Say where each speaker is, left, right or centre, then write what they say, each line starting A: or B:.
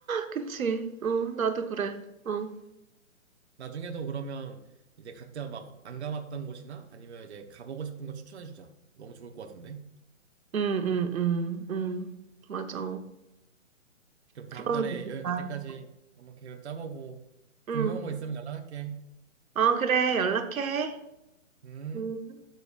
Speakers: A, on the right; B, on the right.
A: 그치. 어, 나도 그래. 어.
B: 나중에도 그러면 이제 각자 막 안 가봤던 곳이나 아니면 이제 가보고 싶은 거 추천해 주자. 너무 좋을 것 같은데.
A: 응, 응, 응, 응. 맞아.
B: 그럼 다음
A: 그러면
B: 달에
A: 좋겠다.
B: 여행 갈 때까지 한번 계획 짜보고
A: 응.
B: 궁금한 거 있으면 연락할게.
A: 어, 그래. 연락해.
B: 음.
A: 음.